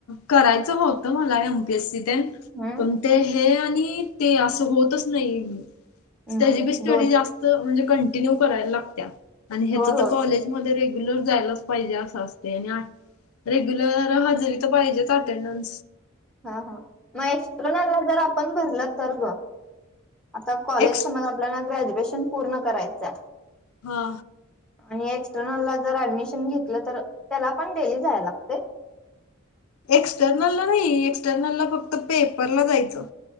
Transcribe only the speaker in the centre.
हम्म
नाही
दोन
होय
होय
हा हा मग एसकट्रनला जर आपण भरल तर ग आता कॉलेज
समज आपल्याला ग्रॅज्युएशन पूर्ण करायचं आहे.
आणि एक्सटर्नल ला जर ऍडमिशन घेतलं तर त्याला पण डेली जायला लागतय.